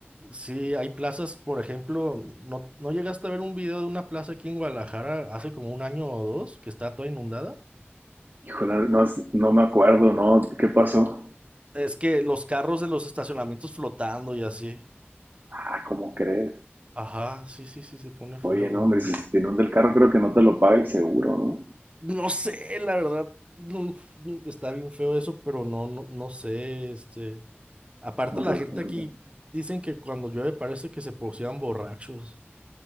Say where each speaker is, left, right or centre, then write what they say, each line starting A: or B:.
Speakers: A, on the right (about 30°); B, on the right (about 50°).
A: Sí, hay plazas, por ejemplo, ¿no, no llegaste a ver un video de una plaza aquí en Guadalajara hace como un año o dos que está toda inundada?
B: Híjole, no, es- no me acuerdo, ¿no? ¿Qué pasó?
A: Es que los carros de los estacionamientos flotando y así.
B: Ah, ¿cómo crees?
A: Ajá, sí, sí, sí, se pone feo,
B: Oye, no,
A: la
B: hombre,
A: verdad.
B: si se te inunda el carro, creo que no te lo paga el seguro, ¿no?
A: No sé, la verdad, no, no, está bien feo eso, pero no, no, no sé, este. Aparte,
B: No
A: la
B: sabes
A: gente
B: cómo
A: aquí
B: funciona.
A: dicen que cuando llueve parece que se posean borrachos.